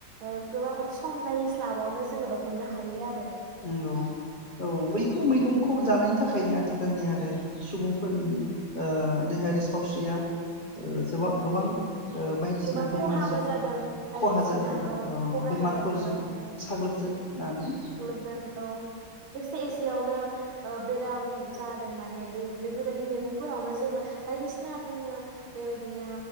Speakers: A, on the right; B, on the left.
A: ओ गोबां सम जायै स्लाबावनो जोङो दहननो हायो आरो
B: नंगौ औ बैफोर मैगंखौ जानायनि थाखायनो आथिखालनि आरो सुबुंफोरनि ओ देहायारि सावस्रिया ओ जोबां
A: औ
B: गोबां ओ बायदिसिना
A: गोबां
B: बेमारजों
A: खहाबो जादों बायदिसिना
B: खहा जादों
A: औ
B: अ
A: खहा
B: बेमारफोरजों
A: जादों औ
B: साग्लोबनानै
A: दों औ एसे एसेयावनो ओ बेराम जादों माने बे-बेफोरबायदि मैगंफोरावनो जोङो बायदिसिना जोङो बेबायदिनो